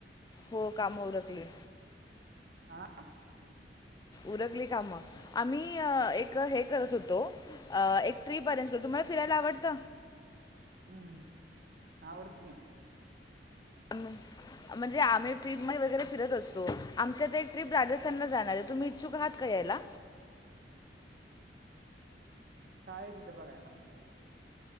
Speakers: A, on the left (about 20°); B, on the right (about 60°).
A: हो काम उरखली.
B: आ.
A: उरकली काम. आम्ही अ एक हे करत होतो. अ एक ट्रिप अरेंज करतो. तुम्हाला फिरायला आवडत?
B: हम्म आवडत की.
A: हम. म्हणजे आम्ही ट्रीपमध्ये वगैरे फिरत असतो. आमची आता एक ट्रीप राजस्थानला जाणार आहे तुम्ही इच्छुक आहात का यायला?
B: काय आहे तिथं बघायला?